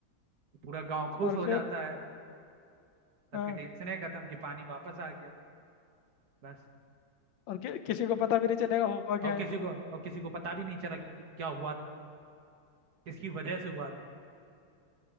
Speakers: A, on the right (about 55°); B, on the left (about 75°).
A: तो पूरा गांव खुश
B: और
A: हो
B: फिर
A: जाता है सबकी
B: हाँ
A: टेंशन है खत्म कि पानी वापस आ गया बस
B: और कि, किसी को पता भी नहीं चलेगा हुआ क्या
A: और
B: है
A: किसी को और किसी को पता भी नहीं चला कि, कि क्या हुआ था किसकी वजह से हुआ था